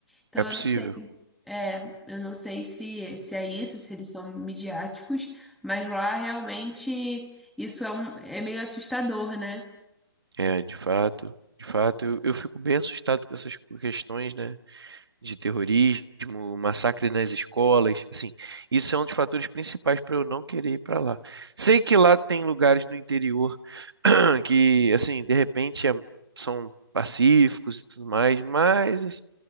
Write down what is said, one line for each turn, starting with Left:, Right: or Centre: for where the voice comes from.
Centre: Então
Right: É possível,
Centre: eu não sei. É, eu não sei se, se é isso, se eles são midiáticos, mas lá realmente isso é, um- é meio assustador, né?
Right: é de fato. De fato, eu, eu fico bem assustado com essas questões, né? de terrorismo, massacre nas escolas, assim, isso é um dos fatores principais para eu não querer ir para lá. Sei que lá tem lugares no interior <clears throat> que, assim, de repente é- são pacíficos e tudo mais, mas es-